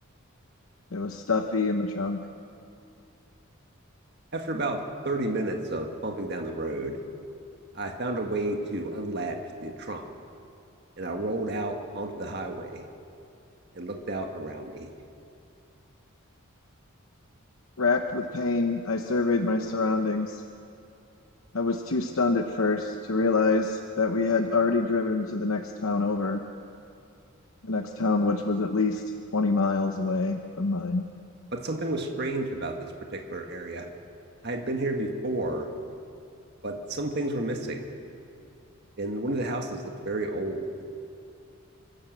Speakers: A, on the left; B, on the right.
A: It was stuffy in the trunk.
B: After about 30 minutes of bumping down the road, I found a way to unlatch the trunk and I rolled out onto the highway and looked out around me.
A: Racked with pain, I surveyed my surroundings. I was too stunned at first to realize that we had already driven to the next town over, the next town which was at least 20 miles away from mine.
B: But something was strange about this particular area. I had been here before, but some things were missing. And one of the houses looked very old.